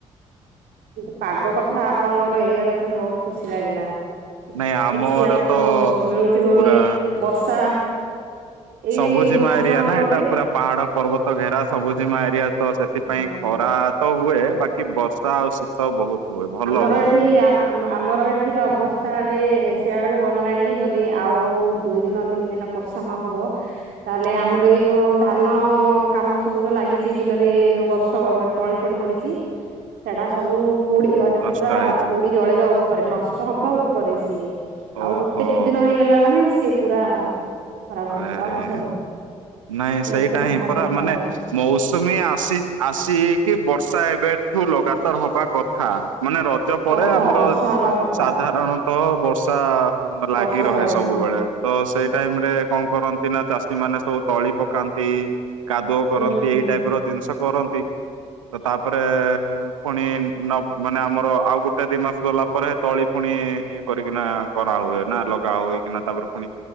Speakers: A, on the right; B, on the right.
A: କିନ୍ତୁ ପାଗ କଥା ଆପଣଙ୍କର ଏରିଆ ର ଶୁଣି ବହୁତ ଖୁସି ଲାଗିଲା।
B: ନାଇଁ ଆମର
A: କିଛି ଆପଣଙ୍କୁ
B: ତ
A: ମିଳୁଥିବ
B: ପୁରା
A: କି ବର୍ଷା ଏଇ
B: ସବୁଜିମା
A: ହଉଛି
B: ଏରିଆ
A: କଣ
B: ନା
A: କହିଲେ
B: ଏଟା ପୁରା ପାହାଡ ପର୍ବତ ଘେରା ସବୁଜିମା ଏରିଆ ତ ସେଥିପାଇଁ
A: ଉଁ
B: ଖରା ତ ହୁଏ। ବା କି ବର୍ଷା ଆଉ ଶୀତ ବହୁତ। ହୁଏ ଭଲ
A: ଆମର
B: ହୁଏ।
A: ଏଠି ଆ ଆମ ଆମର ଏଠିର ଅବସ୍ଥା ଏବେ ସେ ଆଡକୁ ଗଲାଣି। ଯଦି ଆଉ ଦୁଇ ଦିନ ତିନି ଦିନ ପରେ ସମୟ ହବ ତାହେଲେ
B: ହୁଁ
A: ଆମର ଏ ଯୋଉ ଧାନ କାମ ସବୁ ଯୋଉ ଲାଗିଚି। ବିଲରେ ଯୋଉ ଗଛ ମାନେ ତଳି ଫଳି ପଡିଚି। ହଁ ସେଟା ସବୁ ପୋଡି ମାନେ
B: ନଷ୍ଟ
A: ପୁରା
B: ହେଇଯିବ
A: ପୋଡି ଜଳିବା ଉପରେ ନଷ୍ଟ ହବା ଉପରେ ସିଏ। ଆଉ
B: ଓହୋ
A: ଗୋଟେ ଦି ଦିନ ହେଇଗଲା ମାନେ ସିଏ ପୁରା ଖରାପ ହେଇଯିବ
B: ଆରେ
A: ଆଉ କିଛି ହବନି।
B: ନାଇଁ
A: ମାନେ
B: ସେଇଟା
A: ଏତେ ସାଂଘାତିକ
B: ହିଁ ପରା ମାନେ
A: ଖରା
B: ମୌସୁମୀ ଆସି ଆସିକି ବର୍ଷା ଏବେଠୁ ଲଗାତାର ହବା କଥା ମାନେ ରଥ ରଜ ପରେ
A: କଥା
B: ଆମର
A: ବର୍ଷା ହବା କଥା
B: ସାଧାରଣତଃ ବର୍ଷା ଲାଗି
A: ବର୍ଷା
B: ରହେ
A: ହଁ
B: ସବୁବେଳେ। ତ ସେଇ ଟାଇମ ରେ କଣ କରନ୍ତି ନା ଚାଷୀ ମାନେ ସବୁ ତଳି ପକାନ୍ତି। କାଦୁଅ କରନ୍ତି
A: ହୁଁ ହୁଁ
B: ଏଇ
A: ହୁଁ
B: ଟାଇପ ର ଜିନିଷ କରନ୍ତି ତ ତାପରେ ପୁଣି ନ ମାନେ ଆମର ଆଉ ଗୋଟେ ଦି ମାସ ଗଲା ପରେ ତଳି ପୁଣି ଇଏ କରିକିନା କରା ହୁଏ ନା ଲଗା ହୁଏ କି ନା ତାପରେ ପୁଣି